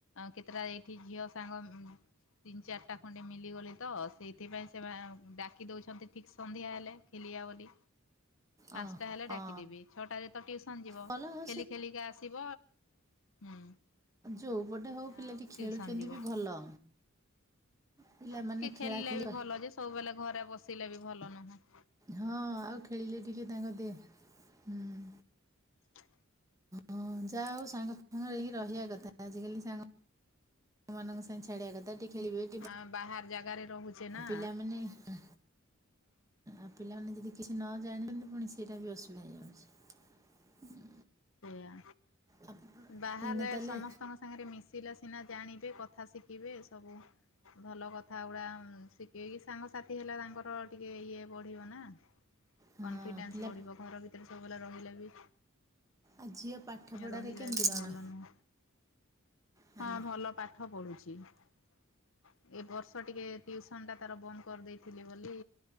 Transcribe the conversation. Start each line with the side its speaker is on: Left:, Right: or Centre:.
Left: କେତେଟା ଏଇଠି ଝିଅ ସାଙ୍ଗ ତିନି ଚାରିଟା ଖଣ୍ଡେ ମିଲିଗଲି ତ ସେଇଥିପାଇଁ ସେମାନେ ଡାକି ଦେଉଛନ୍ତି ଠିକ୍ ସନ୍ଧ୍ୟା ହେଲେ ଖେଲିବେ ବୋଲି। ପାଞ୍ଚଟା
Right: ଅ
Left: ହେଲେ ଡାକିଦେବି
Right: ଅ
Left: ଛଅଟାରେ ତ ଟିଉସନ ଯିବ
Right: ଭଲ ହଉ
Left: ଖେଲି ଖେଲିକା ଆସିବ ହୁଁ
Right: ଯୋଉପଟେ ହଉ ପିଲାଟି
Left: ଆଉ ଟିଉସନ
Right: ଖେଳୁଛନ୍ତି
Left: ଯିବ
Right: ବି ଭଲ। ପିଲାମାନେ
Left: ଟିକେ ଖେଲିଲେ
Right: ଖେଳା ଖେଳି
Left: ବି ଭଲ ଯେ ସବୁବେଲେ ଘରେ ବସ ପିଲ ବି ଭଲ ନୁହେଁ।
Right: ହଁ ଆଉ ଖେଳିଲେ ଟିକେ ତାଙ୍କ ଦେହ ହୁଁ।
Left: ହ
Right: ହଁ ଯାହା ହଉ ସାଙ୍ଗ ଫଙ୍କରେ ହଁ ରହିବା କଥା ଆଜିକାଲି ସାଙ୍ଗ ଆ ମନଙ୍କୁ ସଂଞ୍ଚାଡ଼ ଆ କ ତା ଟେ ଖଳିିବେ।
Left: ଆଁ ବାହାର ଜାଗାରେ ରହୁଛେ ନା
Right: ପିଲାମାନେ ହଁ ଆଉ ପିଲାମାନେ ଯଦି କିଛି ନ ଜାଣିଛନ୍ତି ପୁଣି ସେଇଟା ବି ଅସୁବିଧା ହେଇଯାଉଛି।
Left: ସେଆା
Right: ଆଉ
Left: ବାହ
Right: ଏଇନା ତାହେଲେ
Left: ସମସ୍ତଙ୍କ ସାଙ୍ଗରେ ମିଶିଲା ସିନା ଜାଣିବେ କଥା ଶିଖିବେ ସବୁ ଭଲ କଥା କଥା ଗୁଡା ଶିଖେଇକି ସାଙ୍ଗ ସାଥି ହେଲା ତାଙ୍କର ଟିକେ ଇଏ ବଢିବ ନା
Right: ହଁ
Left: କନଫିଡନ୍ସ
Right: ପିଲା
Left: ବଢିବର ଭିତରେ ସବୁ ଲା ରହିଲେ ବି
Right: ଆଜି ଆ ପାଠ ପଢାରେ
Left: ରହିଲେ
Right: କେମିତି
Left: ବି
Right: କଣ?
Left: ଭଲ ନୁହଁ।
Right: ହ୍ୟାଲୋ
Left: ହଁ ଭଲ ପା ପାଠ ପଢୁଛି ଏ ବର୍ଷ ଟିକେ ଟ୍ୟୁସନ ଟା ତାର ବନ୍ଦ କରିଦେଇଥିଲେି ବୋଲି